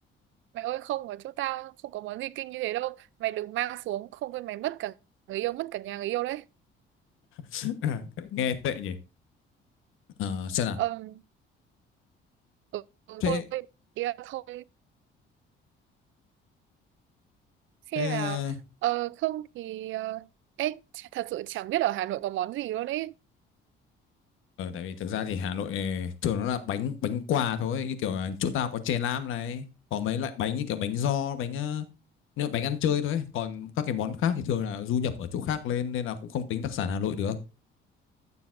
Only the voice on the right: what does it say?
Mày ơi không ở chỗ tao không có món gì kinh như thế đâu Mày đừng mang xuống không thôi mày mất cả người yêu Mất cả nhà người yêu đấy
Ờm, ừ, ừ,
Thôi ý là thôi Xem
là ờ, không thì ờ, ê, ch- Thật sự chẳng biết ở Hà Nội có món gì luôn ấy